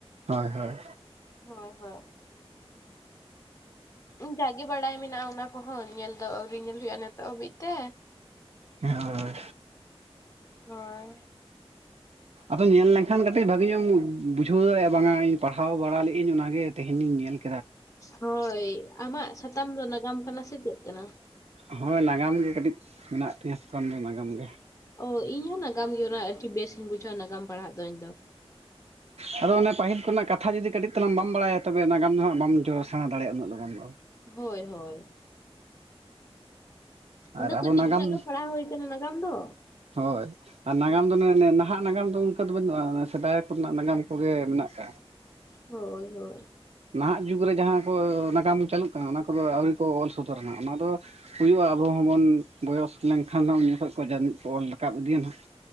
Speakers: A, on the right; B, on the left.
A: ᱦᱳᱭ ᱦᱳᱭ
B: ᱦᱳᱭ ᱦᱳᱭ ᱡᱟᱜᱮ ᱵᱟᱰᱟᱭ ᱢᱮᱱᱟᱜ-ᱟ ᱚᱱᱟ ᱠᱚᱦᱚᱸ ᱧᱮᱞ ᱫᱚ ᱟᱹᱣᱨᱤ ᱧᱮᱞ ᱦᱩᱭᱩᱜ-ᱟ ᱱᱤᱛᱚᱜ ᱦᱟᱹᱵᱤᱡ ᱛᱮ
A: ᱦᱳᱭ
B: ᱦᱳᱭ
A: ᱟᱫᱚ ᱧᱮᱞ ᱞᱮᱱᱠᱷᱟᱱ ᱠᱟᱹᱴᱤᱡ ᱵᱷᱟᱜᱤᱧᱚᱜ ᱮᱢ ᱵᱩᱡᱷᱟᱹᱣᱟ ᱵᱟᱝ ᱟᱹᱧ ᱯᱟᱲᱦᱟᱣ ᱵᱟᱲᱟ ᱞᱮᱫ ᱟᱹᱧ ᱚᱱᱟᱜᱮ ᱛᱮᱦᱮᱧ ᱧᱮᱞ ᱠᱮᱫ
B: ᱦᱳᱭ ᱟᱢᱟᱜ ᱥᱟᱛᱟᱢ ᱫᱚ ᱱᱟᱜᱟᱢ ᱠᱟᱱᱟ ᱥᱮ ᱪᱮᱫ ᱠᱟᱱᱟ
A: ᱦᱳᱭ ᱱᱟᱜᱟᱢ ᱜᱮ ᱠᱟᱹᱴᱤᱡ ᱢᱮᱱᱟᱜ ᱛᱤᱧᱟᱹ ᱥᱟᱛᱟᱢ ᱫᱚ ᱱᱟᱜᱟᱢ ᱜᱮ
B: ᱚ ᱤᱧ ᱦᱚᱸ ᱱᱟᱜᱟᱢ ᱜᱮ ᱚᱱᱟ ᱟᱹᱰᱤ ᱵᱮᱥᱤᱧ ᱵᱩᱡᱷᱟᱹᱣᱟ ᱱᱟᱜᱟᱢ ᱯᱟᱲᱦᱟᱜ ᱫᱚ ᱤᱧ ᱫᱚ
A: ᱦᱚ ᱟᱫᱚ ᱚᱱᱮ ᱯᱟᱹᱦᱤᱞ ᱠᱷᱚᱱᱟᱜ ᱠᱟᱛᱷᱟ ᱡᱩᱫᱤ ᱠᱟᱹᱴᱤᱡ ᱛᱞᱟᱧ ᱵᱟᱢ ᱵᱟᱲᱟᱭᱟ ᱛᱚᱵᱮ ᱱᱟᱜᱟᱢ ᱨᱮᱭᱟᱜ ᱵᱟᱢ ᱵᱩᱡᱷ ᱥᱮᱬᱟ ᱫᱟᱲᱮᱭᱟᱜ-ᱟ ᱩᱱᱟᱹᱜ ᱞᱚᱜᱚᱱ ᱫᱚ
B: ᱦᱳᱭ ᱦᱳᱭ ᱤᱫᱚ
A: ᱟᱨ ᱟᱵᱚ
B: ᱠᱟᱹᱴᱤᱡ
A: ᱱᱟᱜᱟᱢ
B: ᱠᱷᱚᱱᱟᱜ ᱜᱮ ᱯᱟᱲᱦᱟᱣ ᱦᱩᱭ ᱠᱟᱱᱟ ᱱᱟᱜᱟᱢ ᱫᱚ
A: ᱦᱳᱭ ᱟᱨ ᱱᱟᱜᱟᱢ ᱫᱚ ᱮ ᱱᱟᱦᱟᱜ ᱱᱟᱜᱟᱢ ᱫᱚ ᱚᱱᱠᱟ ᱫᱚ ᱵᱟᱹᱱᱩᱜ-ᱟ ᱥᱮᱫᱟᱭ ᱠᱚᱨᱮᱱᱟᱜ ᱱᱟᱜᱟᱢ ᱠᱚᱜᱮ ᱢᱮᱱᱟᱜ ᱠᱟᱜ-ᱟ
B: ᱦᱳᱭ ᱦᱳᱭ
A: ᱱᱟᱦᱟᱜ ᱡᱩᱜᱽ ᱨᱮ ᱡᱟᱦᱟᱸ ᱠᱚ ᱱᱟᱜᱟᱢ ᱪᱟᱹᱞᱩᱜ ᱠᱟᱱᱟ ᱚᱱᱟ ᱠᱚᱫᱚ ᱟᱹᱣᱨᱤ ᱠᱚ ᱚᱞ ᱥᱚᱫᱚᱨᱱᱟ ᱚᱱᱟ ᱫᱚ ᱦᱩᱭᱩᱜ-ᱟ ᱨᱩ ᱦᱚᱸᱵᱚᱱ ᱵᱚᱭᱚᱥ ᱞᱮᱱᱠᱷᱟᱱ ᱩᱱ ᱡᱚᱠᱷᱚᱱ ᱠᱚ ᱡᱟᱹᱱᱤᱡ ᱠᱚ ᱚᱞ ᱨᱟᱠᱟᱵ ᱤᱫᱤᱭᱟ ᱱᱟᱦᱟᱜ